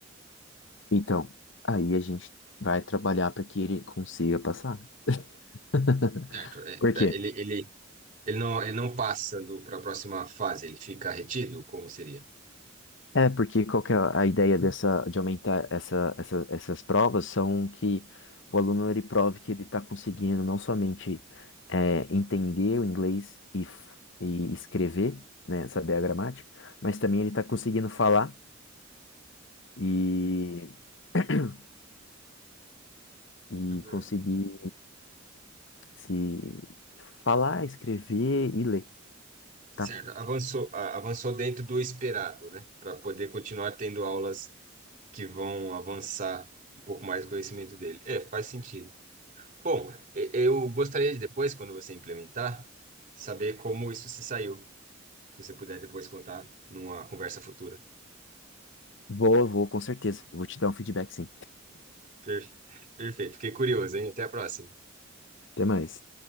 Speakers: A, on the left (about 65°); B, on the right (about 40°).
A: Então, aí a gente vai trabalhar para que ele consiga passar. <laughs>
B: Certo, é,
A: Porque
B: tá, ele, ele, ele não, ele não passa para a próxima fase, ele fica retido? Como seria?
A: É, porque qual que é a ideia dessa, de aumentar essa, essa- essas provas são que o aluno ele prove que ele está conseguindo não somente é, entender o inglês e, f- e escrever, né, saber a gramática, mas também ele está conseguindo falar e, <clears throat> e
B: Uhum.
A: conseguir se falar, escrever e ler, tá?
B: Certo, avançou, a- avançou dentro do esperado, né? Para poder continuar tendo aulas que vão avançar um pouco mais o conhecimento dele. É, faz sentido. Bom, e- eu gostaria de depois, quando você implementar, saber como isso se saiu. Se você puder depois contar numa conversa futura.
A: Boa, vou com certeza. Eu vou te dar um feedback, sim.
B: Per- Perfeito, fiquei curioso, hein? Até a próxima.
A: Até mais.